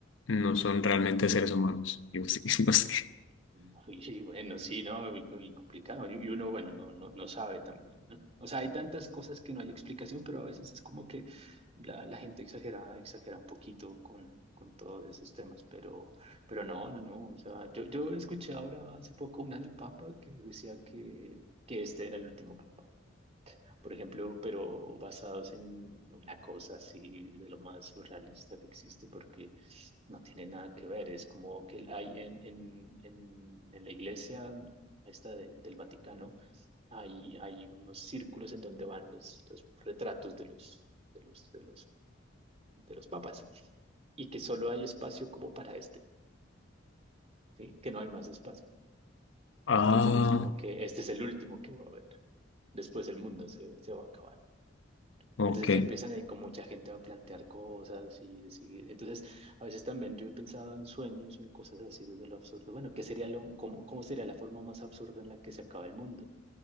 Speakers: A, on the left (about 85°); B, on the right (about 35°).
A: no son realmente seres humanos. Yo sí, <laughs> no sé.
B: <laughs> Y bueno, sí, ¿no? Y, y complicado. Y y uno, bueno, no, no, no sabe también, ¿no? O sea, hay tantas cosas que no hay explicación, pero a veces es como que la, la gente exagera, exagera un poquito con, con todos esos temas, pero, pero no, no, no. O sea, yo, yo escuché ahora hace poco una del Papa que decía que, que este era el último Papa. Por ejemplo, pero basados en una cosa así de lo más surrealista que existe, porque no tiene nada que ver, es como que hay en, en, en, en la iglesia esta de- del Vaticano, hay, hay unos círculos en donde van los, los retratos de los, de los, de los, de los papas y que solo hay espacio como para este, ¿sí? Que no hay más espacio.
A: Ah,
B: Entonces es como que este es el último que va a haber. Después el mundo se, se va a acabar.
A: ok,
B: Entonces ya empiezan ahí con mucha gente a plantear cosas y decir, entonces a veces también yo he pensado en sueños o en cosas así desde lo absurdo. Bueno, ¿qué sería lo, cómo, cómo sería la forma más absurda en la que se acaba el mundo?